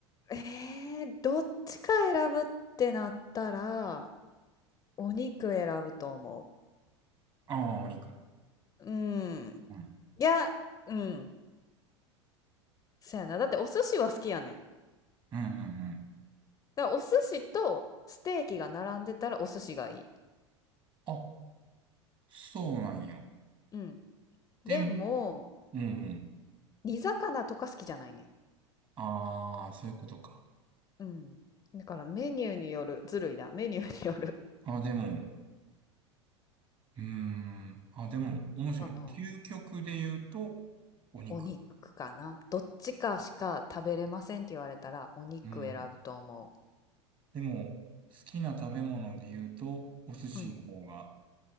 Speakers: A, on the left (about 20°); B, on the right (about 30°).
A: えー、どっちか選ぶってなったら、お肉選ぶと思
B: <laughs> ああ、お肉。
A: う。うん。
B: うん。
A: いや、うん。そやな。だってお寿司は好きやねん。
B: うんうんうん。
A: だからお寿司とステーキが並んでたらお寿司がいい。
B: あ、そうなんや。
A: うん。でも、
B: でも、うんうん。
A: 煮魚とか好きじゃないねん。
B: ああ、そういうことか。
A: うん。だからメニューによる。ずるいな。メニューによる。
B: あ、でも、うーん。あ、でも、面白いね。
A: かな。
B: 究極で言うと、お肉。
A: お肉かな。どっちかしか食べれませんって言われたら、お肉選ぶと思
B: うん。でも、好きな食べ物で言うと、お寿司の方が、
A: う。うん。